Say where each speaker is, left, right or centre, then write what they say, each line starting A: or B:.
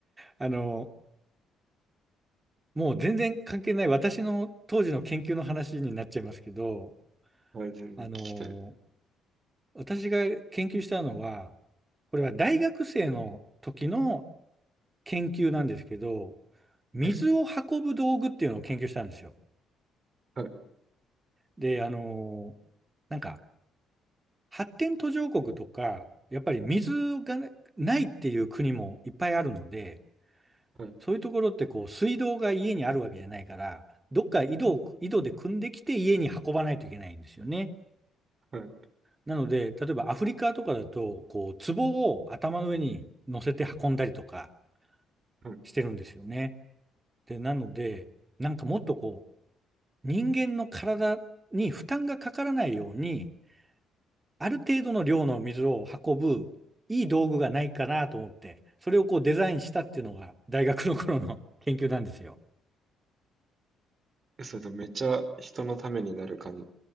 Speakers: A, on the right; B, on the right.
A: あの、もう全然関係ない私の当時の研究の話になっちゃいますけど、
B: はい、全然聞きたい。
A: あの、私が研究したのは、これは大学生の時の研究なんですけど、水を運ぶ道具っていうのを研究したんですよ。
B: はい。はい。
A: で、あの、なんか発展途上国とか、やっぱり水がねないっていう国もいっぱいあるので、
B: はい。
A: そういうところってこう水道が家にあるわけじゃないから、どっか井戸を、井戸で汲んできて家に運ばないといけないんですよね。
B: はい。
A: なので、例えばアフリカとかだと、こう壺を頭の上に乗せて運んだりとか
B: はい
A: してるんですよね。で、なので、なんかもっとこう人間の体に負担がかからないように、ある程度の量の水を運ぶいい道具がないかなと思って、それをこうデザインしたっていうのが大学の頃の <laughs> 研究なんですよ。
B: えそれとめっちゃ人のためになる感じ。